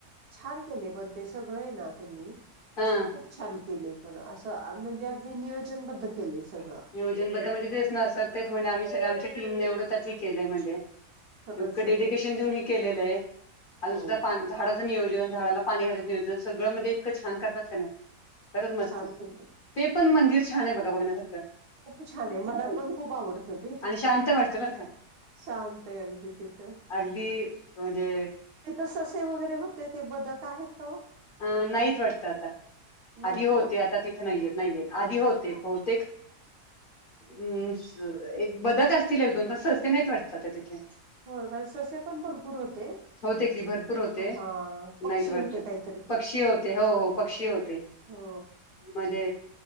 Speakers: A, on the right; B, on the left.
A: छान केले पण ते सगळे हाय ना त्यांनी?
B: हां.
A: खूप छान केले पण असं म्हणजे अगदी नियोजनबद्ध केलंय सगळं.
B: नियोजन बद्दल म्हणे तेच ना सर तेच म्हणे आम्ही सगळे आमच्या टीमने एवढं त केलंय म्हणे
A: खरंच
B: इतकं
A: आहे
B: डेडिकेशन देऊन हे केलेलं आहे अजून
A: हो
B: सुद्धा पान झाडाचं नियोजन झाडाला पाणी खायच नियोजन सगळं मध्ये इतकं छान करतात का नाही. खरच मस्त
A: छान केले
B: ते पण मंदिर छान आहे बघा बघण्यासारखं
A: खूप छान आहे मला पण खूप आवडतं ते
B: आणि शांत वाटतं बरं का
A: शांत आहे अगदी तिथं
B: अगदी म्हणजे
A: तेथ ससे वगैरे होते ते बदक आहेत का ओ
B: अ नाहीत वाटत आता
A: नाहीत
B: आधी होते
A: का
B: आता तिथं नाहीयेत नाहीयेत आधी होते बहुतेक म एक बदक असतील एक, दोनदा सहस्ती नाहीत वाटतात तिथे
A: हो का ससे पण भरपूर होते
B: होते की भरपूर होते
A: हा पक्षी
B: नाहीत वाटत
A: होते काही
B: पक्षी होते हो हो पक्षी होते
A: हो
B: म्हजे